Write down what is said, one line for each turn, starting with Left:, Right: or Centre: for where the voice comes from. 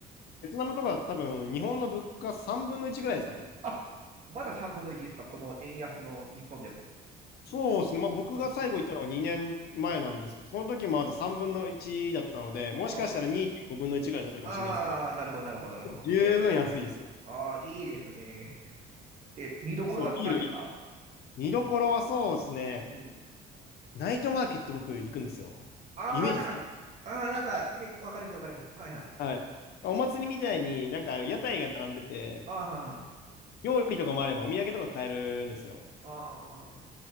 Left: ベトナムとか多分、日本の物価3分の1ぐらいですかね。
Right: あ、あ、まだ3分の1ですか、この円安の日本でも。
Left: そうですね、まあ、僕が最後行ったのは2年前なんですけど、
Right: うん。
Left: その時もまだ3分の1だったので、もしかしたら2.5分の1ぐらいになってるかもしれないですけど、
Right: ああー、なるほど、なるほど、なるほど。
Left: 十分安いです。
Right: ああ、いいですね。で、見どころは何ですか
Left: そう、ビール、見どころはそうですね、
Right: うん。
Left: ナイトマーケット僕行くんですよ。
Right: ああ、
Left: イメージ好き。
Right: なんか、ああ、なんか、イメージ、わかります、わかります。はいはい。
Left: はい。お祭りみたいになんか屋台が並んでて、
Right: ああー、
Left: 料理とかもあればお土産とか買えるんですよ。
Right: あ